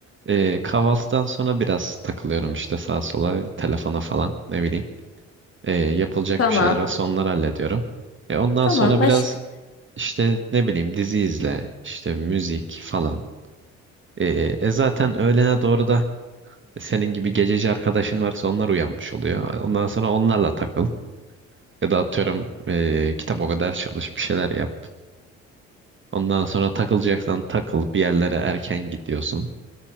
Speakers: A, on the right (about 30°); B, on the left (about 35°).
A: e, kahvaltıdan sonra biraz takılıyorum işte sağa sola telefona falan ne bileyim. E, yapılacak
B: Tamam.
A: bir şeyler varsa onları hallediyorum. E, ondan
B: Tamam
A: sonra
B: başka.
A: biraz İşte ne bileyim dizi izle, işte müzik falan. Ee, e zaten öğlene doğru da senin gibi gececi arkadaşın varsa onlar uyanmış oluyor. Ondan sonra onlarla takıl. Ya da atıyorum ee, kitap oku, ders çalış, bir şeyler yap. Ondan sonra takılacaksan takıl, bir yerlere erken gidiyorsun.